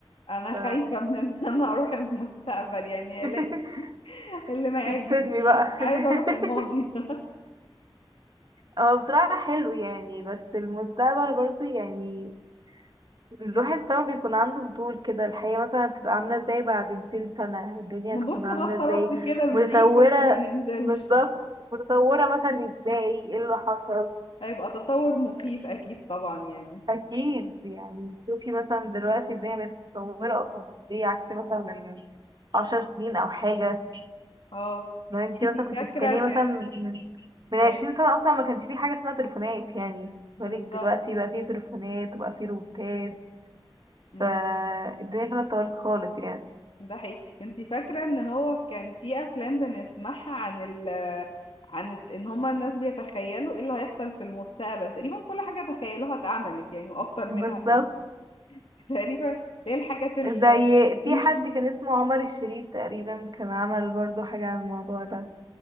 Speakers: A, on the left; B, on the right.
A: انا
B: ف
A: خايفه من ان انا اروح المستقبل يعني
B: <laughs>
A: الاقي <laughs> اللي ما
B: تتصدمي
A: يعجبنيش
B: بقى
A: عايزه
B: <laughs>
A: اروح الماضي <laughs>
B: هو بصراحة حلو يعني بس المستقبل برضو يعني الواحد طبعا بيكون عنده فضول كده الحياة مثلا هتبقى عاملة ازاي بعد 200 سنة الدنيا
A: نبص
B: هتكون عاملة
A: بصه
B: ازاي
A: بس كده من
B: متطورة
A: بعيد بس ما ننزلش
B: بالظبط متطورة مثلا ازاي ايه اللي حصل
A: هيبقى تطور مخيف اكيد طبعا يعني
B: أكيد يعني شوفي مثلا دلوقتي الدنيا بقت متطورة أصلا ازاي عكس مثلا من عشر سنين أو حاجة
A: اه
B: لو انتي
A: انتي
B: مثلا كنت
A: فاكره
B: بتتكلمي
A: كان
B: مثلا من من
A: كان
B: عشرين سنة أصلا ما كانش في حاجة اسمها تليفونات يعني
A: بالظبط
B: بالك دلوقتي بقى في تليفونات وبقى في روبوتات
A: مم.
B: فالدنيا كانت اتطورت خالص يعني
A: ده حقيقي انتي فاكرة ان هو كان في افلام بنسمعها عن ال عن الت- ان هما الناس بيتخيلوا ايه اللي هيحصل في المستقبل تقريبا كل حاجة تخيلوها اتعملت يعني واكتر
B: بالظبط
A: منها <laughs> تقريبا اللي هي الحاجات اللي
B: زي في
A: مش
B: حد كان اسمه عمر الشريف تقريبا كان عمل برضو حاجة عن الموضوع ده